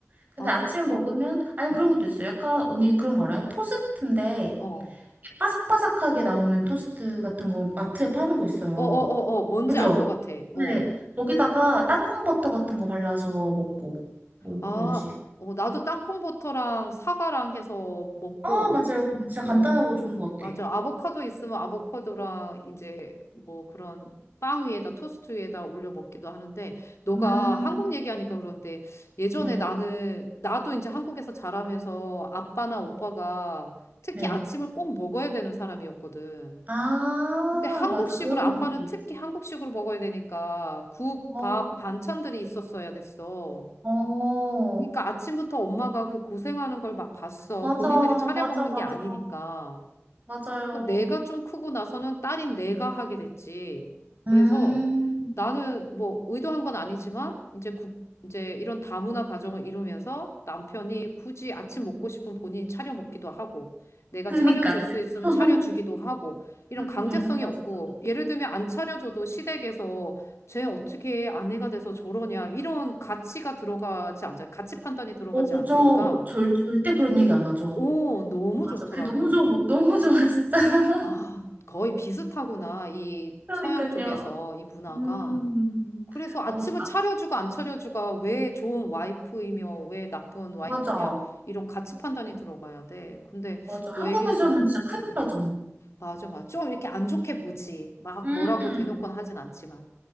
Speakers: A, on the right; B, on the left.
A: 근데
B: 아,
A: 아침
B: 그렇구나.
A: 먹으면 아니면 그런 것도 있어요. 약간 언니 그런 거 알아요? 토스트인데
B: 어, 어,
A: 바삭바삭하게 나오는 토스트 같은 거 마트에 파는 거 있어요.
B: 어, 어, 어, 뭔지
A: 그죠?
B: 알 것 같아.
A: 네.
B: 어,
A: 거기다가 땅콩 버터 같은 거 발라서 먹고
B: 어.
A: 뭐
B: 아,
A: 그런 식.
B: 어, 나도 땅콩버터랑 사과랑 해서 먹고,
A: 아 맞아요. 진짜 간단하고
B: 어,
A: 좋은 것 같아.
B: 맞아. 아보카도 있으면 아보카도랑 이제 뭐 그런 빵 위에다 토스트 위에다 올려 먹기도 하는데 너가
A: 음,
B: 한국 얘기하니까 그런데 예전에
A: 네.
B: 나는 나도 이제 한국에서 자라면서 아빠나 오빠가 특히
A: 네.
B: 아침을 꼭 먹어야 되는 사람이었거든.
A: 아,
B: 근데 한국식으로
A: 맞아. 그런
B: 아빠는
A: 분들 있지.
B: 특히 한국식으로 먹어야 되니까 국,
A: 어,
B: 밥, 반찬들이 있었어야 됐어.
A: 어,
B: 그러니까 아침부터 엄마가 그 고생하는 걸 막 봤어.
A: 맞아,
B: 본인들이 차려
A: 맞아,
B: 먹는
A: 맞아.
B: 게 아니니까.
A: 맞아요.
B: 그래서 내가 좀 크고 나서는 딸인 내가 하게 됐지. 그래서
A: 음,
B: 나는 뭐 의도한 건 아니지만 이제 국, 이제 이런 다문화 가정을 이루면서 남편이 굳이 아침 먹고 싶은 본인이 차려 먹기도 하고 내가
A: 그니까요.
B: 차려줄 수 있으면
A: <laughs>
B: 차려주기도 하고 이런
A: 음,
B: 강제성이
A: 맞아,
B: 없고
A: 맞아.
B: 예를 들면 안 차려줘도 시댁에서 쟤 어떻게 아내가 돼서 저러냐 이런 가치가 들어가지 않잖아. 가치 판단이 들어가지
A: 어, 그쵸.
B: 않으니까
A: 절, 절대 그런 얘기 안 하죠.
B: 오, 너무
A: 맞아.
B: 좋더라
A: 그게 너무
B: 그런
A: 좋은
B: 게.
A: 거, 너무 좋아, 진짜. <laughs>
B: 아, 거의 비슷하구나. 이
A: 그러니까요.
B: 서양 쪽에서 이 문화가.
A: 음,
B: 그래서 아침을
A: 맞아,
B: 차려주고 안 차려주가 왜 좋은 와이프이며 왜 나쁜 와이프냐
A: 맞아,
B: 이런 가치 판단이 들어가야 돼. 근데
A: 맞아. 한국에서는
B: 너 얘기 들어,
A: 진짜 큰일
B: 음,
A: 나잖아.
B: 맞아, 맞아. 좀 이렇게 안 좋게 보지. 막
A: 음,
B: 뭐라고 대놓고는 하진 않지만.